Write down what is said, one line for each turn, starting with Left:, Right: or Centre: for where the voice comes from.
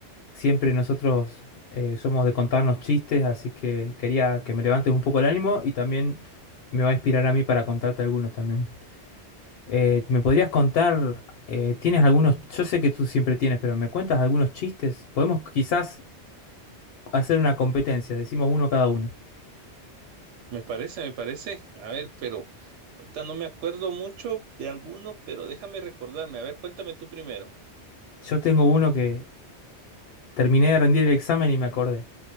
Left: siempre nosotros eh, somos de contarnos chistes, así que quería que me levantes un poco el ánimo y también me va a inspirar a mí para contarte algunos también. Eh, ¿me podrías contar, eh, tienes algunos, yo sé que tú siempre tienes, pero ¿me cuentas algunos chistes? Podemos quizás hacer una competencia, decimos uno cada uno.
Right: me parece, me parece. A ver, pero ahorita no me acuerdo mucho de alguno, pero déjame recordarme. A ver, cuéntame tú primero.
Left: Yo tengo uno que terminé de rendir el examen y me acordé.